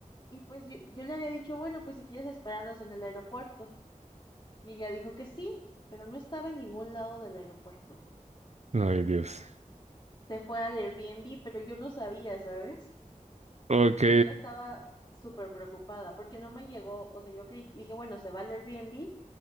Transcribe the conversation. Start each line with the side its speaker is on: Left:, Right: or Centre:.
Left: Y pues yo, yo le había dicho, bueno, pues si quieres esperarnos en el aeropuerto. Y ella dijo que sí, pero no estaba en ningún lado del aeropuerto.
Right: Ay, Dios.
Left: Se fue al Airbnb, pero yo no sabía, ¿sabes?
Right: Ok,
Left: Yo ya estaba súper preocupada porque no me llegó, o sea, yo creí- dije, bueno, se va al Airbnb,